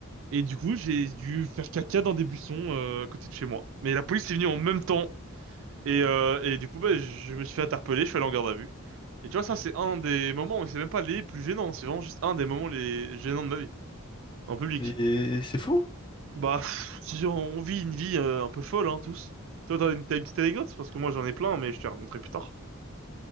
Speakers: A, on the right (about 60°); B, on the left (about 20°).
A: Et du coup, j'ai dû faire caca dans des buissons euh, à côté de chez moi. Mais la police est venue en même temps. Et, euh, et du coup, bah, je me suis fait interpeller, je suis allé en garde à vue. Et tu vois, ça, c'est un des moments, mais c'est même pas les plus gênants, c'est vraiment juste un des moments les gênants de ma vie, en public.
B: Mais c'est fou.
A: Bah, pff, si on on vit une vie euh, un peu folle, hein, tous. Toi, t'as une, t'as une petite anecdote? Parce que moi, j'en ai plein, mais je te raconterai plus tard.